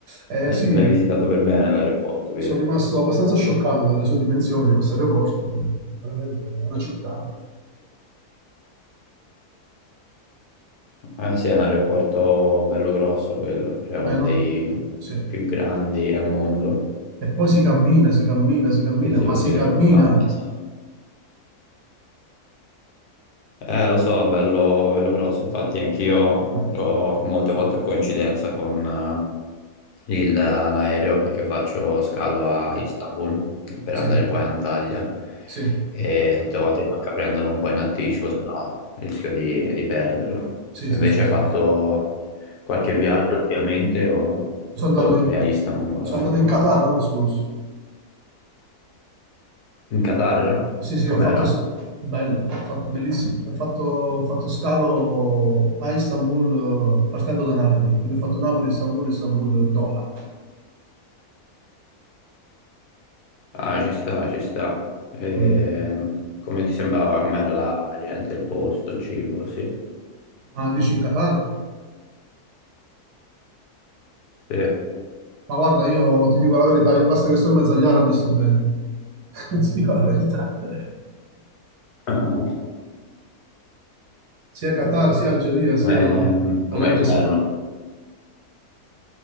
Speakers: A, on the right; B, on the left.
A: Eh,
B: L'hai
A: sì,
B: l'hai visitato per bene l'aeroporto, via.
A: sono rimasto abbastanza scioccato dalle sue dimensioni di questo aeroporto, eh, veramente è una città.
B: Eh sì, è un aeroporto bello grosso quello, cioè uno
A: Eh, no?
B: dei
A: Sì.
B: più grandi al mondo.
A: E poi si cammina, si cammina, si cammina,
B: Sì, sì,
A: ma
B: è vero.
A: si cammina.
B: No, penso- eh, lo so, bello, bello grosso. Infatti, anch'io
A: Mm.
B: ho molte volte a coincidenza con, eh, il- l'aereo perché faccio scalo a Istanbul per
A: Sì,
B: andare
A: sì,
B: poi a Antalya
A: sì,
B: e tutte le volte mi tocca prenderlo un po' in anticipo, se no rischio di, di perderlo.
A: sì,
B: Invece
A: sì, sì, sì.
B: hai fatto qualche viaggio ultimamente o
A: Sono
B: oltre
A: andato in,
B: a Istanbul magari?
A: sono andato in Qatar l'anno scorso.
B: In Qatar?
A: Sì, sì,
B: Com'era?
A: ho fatto s- bello, ho fatto bellissimo. Ho fatto, ho fatto scalo a Istanbul eh, partendo da Napoli, quindi ho fatto Napoli, Istanbul, Istanbul, Doha.
B: Ah, ci sta, ci sta. Ehm,
A: Mm.
B: come ti sembrava? Com'era la gente, il posto, il cibo? Sì.
A: Ma dici in Qatar?
B: Sì.
A: Ma guarda, io ti dico la verità, io basta che sto in mezzo agli arabi sto bene. <laughs> Ti dico la verità. <laughs>
B: <laughs>
A: Sia Qatar, sia Algeria, sia
B: Come,
A: Arabia
B: com'è- com'erano?
A: Saudita.